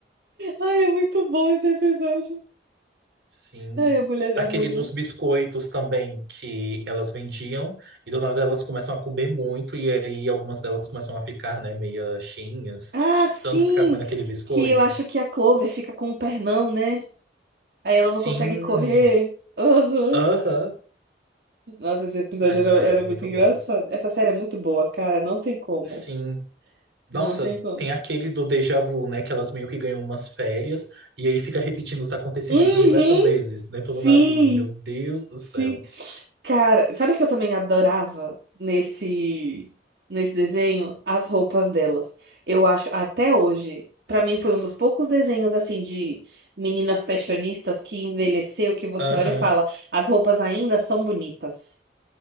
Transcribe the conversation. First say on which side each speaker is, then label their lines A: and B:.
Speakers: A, on the right (about 60°); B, on the right (about 80°).
A: Ai, é muito bom esse episódio.
B: Sim.
A: Ai, a mulher,
B: Aquele
A: a mulher.
B: dos biscoitos também, que elas vendiam, e do nada elas começam a comer muito, e aí algumas delas começam a ficar, né, meio cheinhas,
A: Ah, sim!
B: de tanto ficar comendo aquele biscoito.
A: Que eu acho que a Clover fica com um pernão, né? Aí ela
B: Sim.
A: não consegue correr. Aham.
B: Aham.
A: Nossa, esse episódio
B: Ai,
A: era,
B: velho,
A: era muito
B: muito
A: engraçado.
B: bom.
A: Essa série é muito boa, cara. Não tem como.
B: Sim. Nossa,
A: Não tem como.
B: tem aquele do déjà vu, né? Que elas meio que ganham umas férias e aí fica repetindo os acontecimentos
A: Uhum!
B: diversas vezes dentro
A: Sim!
B: do navio. Meu Deus do
A: Sim!
B: céu.
A: Cara, sabe o que eu também adorava nesse nesse desenho? As roupas delas. Eu acho, até hoje, pra mim foi um dos poucos desenhos assim de meninas fashionistas que envelheceu, que você
B: Aham.
A: olha e fala, as roupas ainda são bonitas.